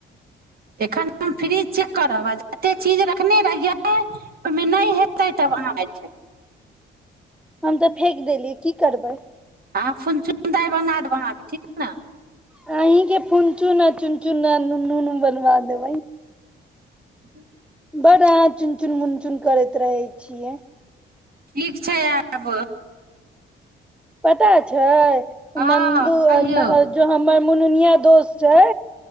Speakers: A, on the right; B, in the centre.
A: एखन हम फ्रिज चेक करब जते चीज रखने रहियै ओहिमे नहि हेतै तब अहाँ अच्छा
B: हम तऽ फेेक देलियै की करबै
A: अहाँ फुन चुन दाइ बगा देब अहाँकेँ ठीक छै ने
B: अन्हि के फुनचून आ चुन चुना नूनूनू बनवा देब
A: ह
B: बड़ अहाँ चुन चुन मुन चुन करैत रहै छियै
A: ठीक छै आब
B: पता छै
A: हँ
B: नन्दू
A: कहियौ
B: जो हमर मुननिया दोस छै